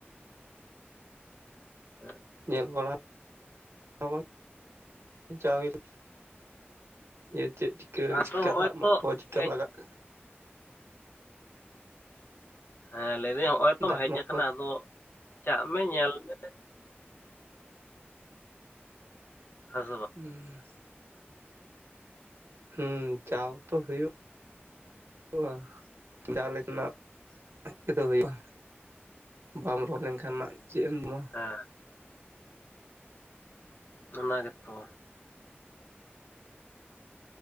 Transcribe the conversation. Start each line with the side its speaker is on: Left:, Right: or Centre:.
Left: ᱦᱮᱸ
Right: ᱧᱮᱞ ᱵᱟᱲᱟ <unintelligible> ᱡᱮ ᱪᱮᱫ ᱪᱤᱠᱟᱹ
Left: ᱟᱫᱚ
Right: ᱪᱤᱠᱠᱟᱜ
Left: ᱦᱚᱜᱼᱚᱭ
Right: ᱫᱟᱜ ᱢᱟᱜ
Left: ᱛᱚ
Right: ᱠᱚ ᱪᱤᱠᱟᱜ
Left: ᱦᱮᱡ
Right: ᱞᱟᱜᱟ ᱠᱟᱱᱟ᱾
Left: ᱦᱮᱸ ᱞᱟᱹᱭᱫᱟᱹᱧ ᱦᱚᱜᱚᱭ
Right: ᱫᱟᱜ
Left: ᱛᱚᱢ ᱦᱮᱡ
Right: ᱢᱟᱜ
Left: ᱠᱟᱱᱟ
Right: ᱠᱚ
Left: ᱟᱫᱚ ᱪᱟᱜ ᱢᱮ ᱧᱮᱞ ᱢᱮ᱾ ᱦᱮᱸ ᱥᱮ ᱵᱟᱝ᱾
Right: ᱦᱩᱸ ᱦᱩᱸ ᱪᱟᱶ ᱛᱚ ᱦᱳᱭᱳᱜ ᱤᱱᱜᱟ ᱡᱟᱦᱟᱸ ᱞᱮᱠᱟᱱᱟᱜ <unintelligible> ᱦᱳᱭᱳᱜ-ᱟ᱾ ᱵᱟᱢ ᱨᱚᱲ ᱞᱮᱱᱠᱷᱟᱱ ᱱᱟᱜ ᱪᱮᱫ ᱮᱢ ᱡᱚᱢᱟ?
Left: ᱦᱮᱸ ᱚᱱᱟ ᱜᱮᱛᱚ